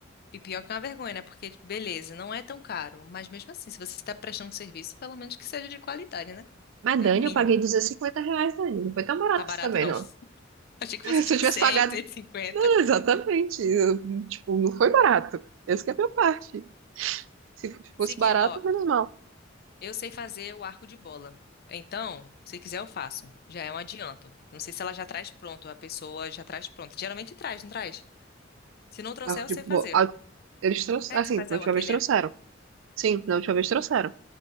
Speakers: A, on the left (about 55°); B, on the right (about 75°).
A: e pior que é uma vergonha, né? Porque, beleza, não é tão caro. Mas mesmo assim, se você está prestando serviço, pelo menos que seja de qualidade, né?
B: Mas,
A: É
B: Dani,
A: o mínimo.
B: eu paguei 250 reais, Dani. Não foi tão barato
A: Tá barato,
B: isso também,
A: não.
B: não.
A: <laughs> Achei que
B: <laughs>
A: fosse
B: Se
A: tipo
B: eu tivesse
A: cem,
B: pagado.
A: cento
B: <laughs>
A: e cinquenta.
B: Ah, Exatamente. Eu, tipo, não foi barato. Essa que é a minha parte. Se fosse
A: Se que,
B: barato,
A: ó,
B: menos mal.
A: eu sei fazer o arco de bola. Então, se quiser, eu faço. Já é um adianto. Não sei se ela já traz pronto, a pessoa já traz pronto. Geralmente traz, não traz? Se não trouxer,
B: O
A: eu
B: de.
A: sei
B: bo-
A: fazer.
B: a- Eles trouxeram.
A: É
B: Assim,
A: que você faz
B: na
A: aquele
B: última vez trouxeram.
A: arco.
B: Sim, na última vez trouxeram.